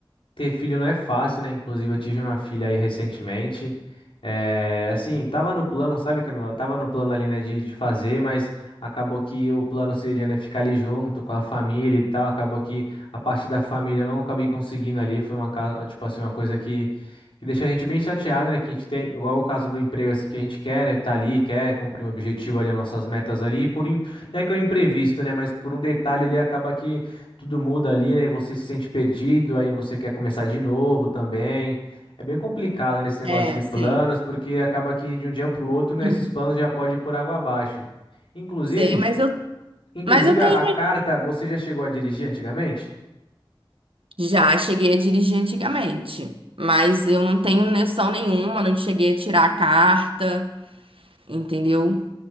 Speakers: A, on the left; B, on the right.
A: ter filho não é fácil, né? Inclusive, eu tive uma filha aí recentemente. É, assim, tava no plano, sabe, Camila? Tava no plano ali, né, de, de fazer, mas acabou que o plano seria, né, ficar ali junto com a família e tal. Acabou que a parte da família eu não acabei conseguindo ali. Foi uma, ca- tipo assim, uma coisa que, que deixa a gente bem chateado, né? Que a gente tem, igual o caso do emprego, assim, que a gente quer, né, tá ali, quer cumprir um objetivo ali, as nossas metas ali. E por, im- não é que é um imprevisto, né, mas por um detalhe ele acaba que tudo muda ali, né? E você se sente perdido, aí você quer começar de novo também. É bem complicado nesse negócio
B: É,
A: de
B: eu
A: planos,
B: sei.
A: porque acaba que de um dia para o outro, né,
B: <clears throat>
A: esses planos já podem ir por água abaixo. Inclusive,
B: Sei, mas eu,
A: inclusive
B: mas eu tenho.
A: a, a carta, você já chegou a dirigir antigamente?
B: Já cheguei a dirigir antigamente, mas eu não tenho noção nenhuma, não cheguei a tirar a carta, entendeu?